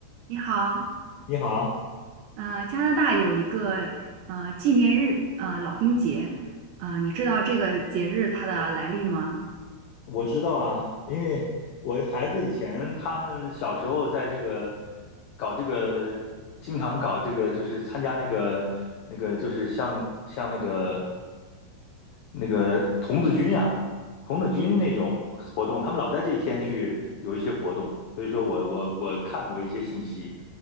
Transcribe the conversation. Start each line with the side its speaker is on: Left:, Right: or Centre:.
Right: 你好，
Left: 你好，
Right: 呃，加拿大有一个呃纪念日，呃，老兵节，啊、你知道这个节日它的来历吗？
Left: 我知道啊，因为我孩子以前他们小时候在这个搞这个，经常搞这个，就是参加那个那个，就是像像那个那个童子军呀、童子军那种活动，他们老在这一天去有一些活动，所以说我我我看过一些信息，